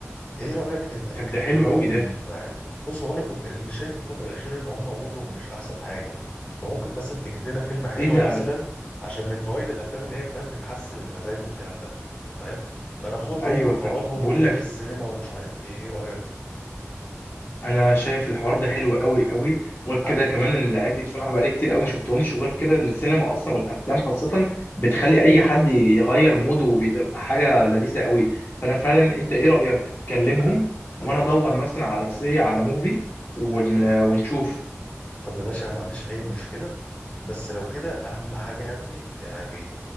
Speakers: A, on the left; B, on the left.
A: ايه رأيك تبقى
B: طب
A: نكلمهم
B: ده حلو قوي ده
A: بص هو انا كنت اللي شايف الفترة الأخيرة ان هم مودهم مش احسن حاجة فممكن مثلا تجيب لنا فيلم حلو
B: ايه ده
A: مثلا عشان من فوائد الافلام ان هي فاهم بتحسن المزاج والكلام ده فاهم فناخدهم
B: <laughs> ايوه
A: ونخرجهم
B: طب بقول
A: ونروح
B: لك
A: السينما ومش عارف ايه ايه رأيك
B: انا شايف الحوار ده حلو قوي قوي وغير
A: حتى
B: كده كمان ان العيال دي بصراحه بقالي كتير قوي ما شفتهمش وغير كده ان السينما اصلا والافلام خاصه بتخلي اي حد يغير موده وبيبقى حاجه لذيذه قوي فانا فعلا انت
A: آه،
B: ايه رايك تكلمهم
A: انا
B: وانا
A: انا
B: ادور
A: انا
B: مثلا على سي على موفي ون...
A: ايوه
B: ونشوف
A: طب يا باشا انا ما عنديش اي مشكلة بس لو كده اهم حاجة يا ابني يعني